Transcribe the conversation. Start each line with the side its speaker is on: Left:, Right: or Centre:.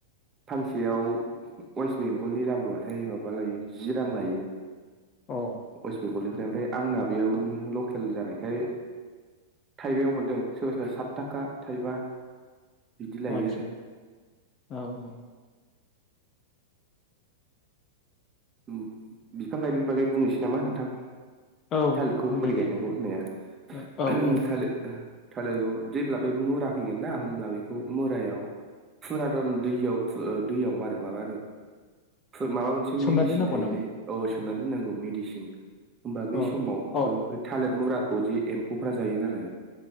Right: फांसेयाव अवेस बेंगलनि लाबोबाथाय माबा लायो जि रां लायो।
Left: अ उम
Right: वेस्ट बेंगलनिफ्राय ओमफ्राय
Left: उम
Right: आंना बेयावनो लकेल जानायखाय थाइबायाव मोनदों सोरबा सोरबा सात थाखा थाइबा बिदि लायो
Left: अ आदसा
Right: आरो।
Left: औ औ।
Right: उम बिफां गायनायनि बागै बुंनोसै नामा नोंथां।
Left: औ
Right: थालिरखौ
Left: बुंदो
Right: बोरै
Left: दे
Right: गायनांगौ
Left: नोंथां
Right: होननाया
Left: औ औ
Right: उमह
Left: औ
Right: थालिर थालिरआव जेब्ला बे मुरा फैगोन ना होमब्ला बेखौ मुरायाव। फुरादन दैयाव फु ओ दैयाव मारै माबा आरो। फु माबा मोनसे मेडिसिन
Left: सोमना दोननांगौ
Right: थायोलै
Left: नामा?
Right: औ सोमना दोननांगौ मेडिसिन- होमबा बै
Left: अ
Right: समाव
Left: अ
Right: बे थालिर मुराखौ जि एम्फौफ्रा जायो नालाय।